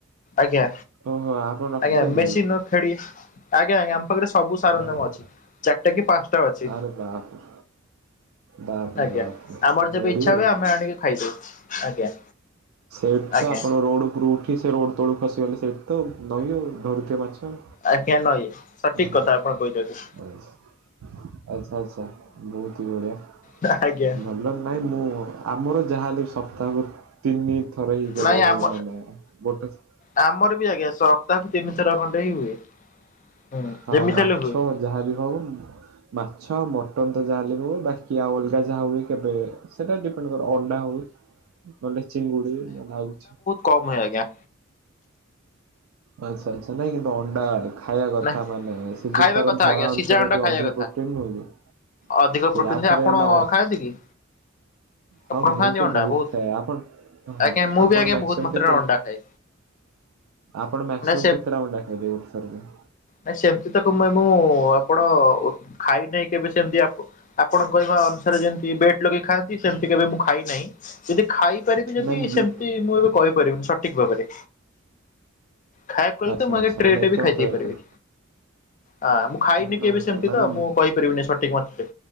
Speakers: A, on the left (about 40°); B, on the right (about 85°).
A: ଆଜ୍ଞା
B: ଓହୋ ଆପଣ ରଖିଛନ୍ତି
A: ଆଜ୍ଞା ମେସିନ
B: କି?
A: ର ଖେଡି ଆଜ୍ଞା ଆଜ୍ଞା ଆମ ପାଖରେ ସବୁ ସାରଞ୍ଜାମ
B: ଆରେ
A: ଅଛି ଚାରିଟା କି ପାଞ୍ଚଟା ଅଛି।
B: ଆରେ ବାପରେ। ବାପରେ
A: ଆଜ୍ଞା
B: ବାପରେ
A: ଆମର ଯେବେ
B: ଗାଡି
A: ଇଚ୍ଛା
B: ଆଉ
A: ହୁଏ ଆମେ ଆଣିକି ଖାଇଦୋଉ ଆଜ୍ଞା।
B: ସେଇଠି
A: ଆଜ୍ଞା
B: ତ ଆପଣ ରୋଡ଼ ଉପରୁ ଉଠି ସେ ରୋଡ଼ ତଳକୁ ଖସିଗଲେ ସେଇଠି ତ ନଈ ଆଉ ଧରୁଥିବ ମାଛ ଆଉ।
A: ଆଜ୍ଞା ନଈ ସଠିକ
B: ଓହୋ
A: କଥା ଆପଣ କହିଚନ୍ତି।
B: ଆଚ୍ଛା ଆଚ୍ଛା ଆଚ୍ଛା ବୋହୁତ ହି ବଢ଼ିଆ।
A: ନା ଆଜ୍ଞା। ଆଜ୍ଞା
B: ଭଲରେ ନାହିଁ ମୁଁ ଆମର ଯାହାହେଲେ ବି ସପ୍ତାହକୁ ତିନି ଥର ହିଁ କେବଳ
A: ନାଇଁ
B: ହୁଏ
A: ଆମ
B: ନ ନାଇ ଗୋଟେ ଥ
A: ଆମର ବି ଆଜ୍ଞା ସପ୍ତାହକୁ ତିନିଥର ଖଣ୍ଡେ ହିଁ ହୁଏ ହୁଁ
B: ହଁ
A: ଯେମିତି
B: ମାଛ
A: ହେଲେ ହୁଏ।
B: ଯାହାବି ହୋଉ ମାଛ ଆଉ ମଟନ୍ ତ ଯାହାବି ହେଲେ ବି ହୁଏ ବାକି ଆଉ ଅଲଗା ଯାହା ହୁଏ କେବେ ସେଟା ଡିପେଣ୍ଡ କରେ ଅଣ୍ଡା ହୋଉ ନହଲେ ଚିଙ୍ଗୁଡି ନହଲେ ଆଉ କିଛି।
A: କଣ ହୁଏ ଆଜ୍ଞା।
B: ଆଚ୍ଛା ଆଚ୍ଛା ନାଇଁ କିନ୍ତୁ ଅଣ୍ଡା ଖାଇବା
A: ନା
B: କଥା ମାନେ ସେ
A: ଖାଇବା
B: ଯୋଉ ତାର
A: କଥା
B: ଧଳା
A: ଆଜ୍ଞା ସିଝା
B: ଅଂଶଟା
A: ଅଣ୍ଡା
B: ଟିକେ
A: ଖାଇବା
B: ଅଧିକ
A: କଥା।
B: ପ୍ରୋଟିନ ନୁହଁ କି।
A: ଅଧିକ
B: ସେ
A: ପ୍ରୋଟିନ
B: ଆଉ
A: ଥାଏ
B: ଫେରେ
A: ଆପଣ
B: ନା
A: ଖାଆନ୍ତି କି?
B: ହଁ
A: ଆପଣ
B: ମୁଁ
A: ଖାଆନ୍ତି
B: ତ
A: ଅଣ୍ଡା
B: ବୋହୁତ
A: ବହୁତ
B: ଖାଏ ଆପଣ ଅହ
A: ଆଜ୍ଞା ମୁଁ
B: ଆପଣ
A: ବି ଆଜ୍ଞା
B: ମ୍ୟାକ୍ସିମମ୍
A: ବହୁତ ମାତ୍ରାରେ
B: କେତେ
A: ଅଣ୍ଡା ଖାଏ।
B: ଆପଣ ମ୍ୟାକ୍ସିମମ୍
A: ନା
B: କେତେଟା ଅଣ୍ଡା ଖାଇଦେବେ ଗୋଟେ ଥରକେ?
A: ନାଇଁ ସେମତି ତ କେମେ ମୁଁ ଆପଣ ଖାଇନେହି କେବେ ସେମତି ଆପ ଆପଣ କହିବା ଅନୁସାରେ ଯେମତି ବେଟ ଲଗେଇ ଖାଆନ୍ତି ସେମତି କେବେ ମୁଁ ଖାଇନାହିଁ ଯଦି ଖାଇ ପାରିବି ଯଦି
B: ନାଇଁ ମୁଁ
A: ସେମତି ମୁଁ ଏବେ କହିପାରିବିନି ସଠିକ ଭାବରେ। ଖାଇବାକୁ କହିଲେ
B: ଆଚ୍ଛା
A: ତ ମୁଁ
B: ଆଚ୍ଛା
A: ଏଜ୍ଞା
B: ମାନେ
A: ଟ୍ରେଟେ
B: ଏତେ
A: ବି
B: ମାତ୍ରାରେ
A: ଖାଇ ଦେଇ ପାରିବି।
B: ଖାଏ।
A: ହଁ ମୁଁ ଖାଇନି
B: ନାଇଁ
A: କେବେ ସେମତି
B: ନାଇଁ ମାନେ
A: ତ ମୁଁ କହିପାରିବିନି ସଠିକ୍ ମାତ୍ରାରେ